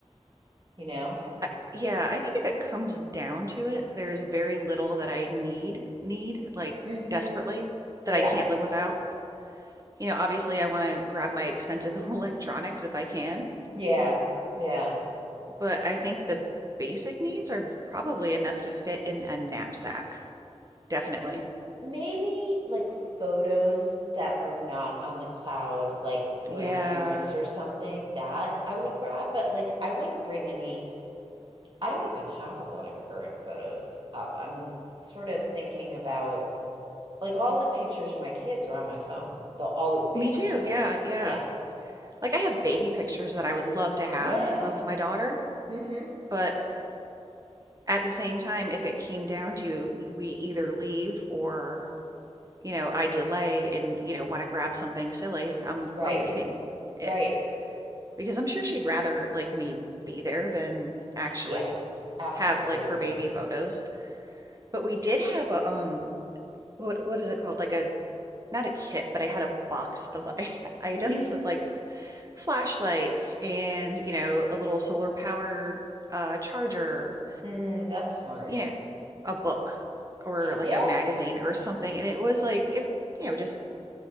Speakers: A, on the right (about 45°); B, on the right (about 30°).
A: you know?
B: Uh, yeah, I think if it comes down to it, there is very little that I need need, like,
A: Mm-hmm.
B: desperately, that
A: Yeah.
B: I can't live without. You know, obviously, I wanna grab my expensive <laughs> electronics if I can,
A: Yeah. Yeah.
B: but I think the basic needs are probably enough to fit in a knapsack. Definitely.
A: M maybe, like, photos that are not on the cloud, like grandparents
B: Yeah.
A: or something, that I would grab, but, like, I wouldn't bring any I don't even have a lot of current photos up. I'm sort of thinking about like, all the pictures of my kids are on my phone. They'll always be
B: Me
A: on
B: too,
A: my phone.
B: yeah, yeah.
A: Yeah.
B: Like, I have baby pictures that I would love to have
A: Yeah.
B: of my daughter,
A: Mhm.
B: but at the same time, if it came down to we either leave or you know, I delay and, you know, wanna grab something silly, I'm
A: Right.
B: I'm leaving it.
A: Right.
B: Because I'm sure she'd rather, like, me be there than actually
A: Yeah. Absolutely.
B: have, like, her baby photos. But we did have a, um, what what is it called? Like a not a kit, but I had a box of <laughs> i items
A: Yeah. <laughs>
B: with, like, f flashlights and, you know, a little solar powered, uh, charger,
A: Mm, that's smart.
B: you know, a book or, like,
A: Yeah.
B: a magazine or something, and it was, like, it you know, just